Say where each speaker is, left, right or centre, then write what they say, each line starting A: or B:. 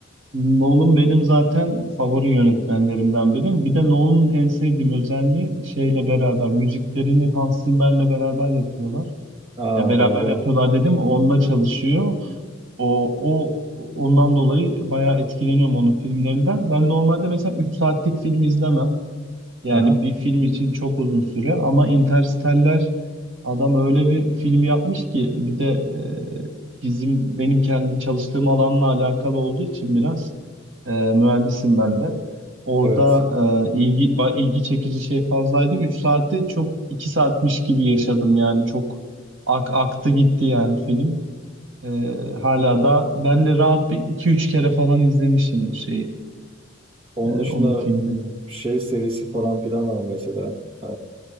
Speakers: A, on the right; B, on the right.
A: Nolan benim zaten favori yönetmenlerimden biri. Bir de Nolan'ın en sevdiğim özelliği şeyle beraber müziklerini Hans Zimmer'le beraber yapıyorlar.
B: Aa
A: Ya beraber
B: doğru.
A: yapıyorlar dedim onunla çalışıyor. O, o ondan dolayı bayağı etkileniyorum onun filmlerinden. Ben normalde mesela 3 saatlik film izlemem. Yani
B: Aha,
A: bir film için çok uzun süre ama Interstellar adam öyle bir film yapmış ki bir de e, bizim benim kendi çalıştığım alanla alakalı olduğu için biraz e, mühendisim ben de. Orada
B: evet.
A: e, ilgi ba- ilgi çekici şey fazlaydı. 3 saati çok 2 saatmiş gibi yaşadım yani çok ak- aktı gitti yani film. E, hala da ben de rahat bir iki 3 kere falan izlemişimdir şeyi
B: Onun
A: e, onun
B: dışında
A: filmini.
B: şey serisi falan filan var mesela. Ee,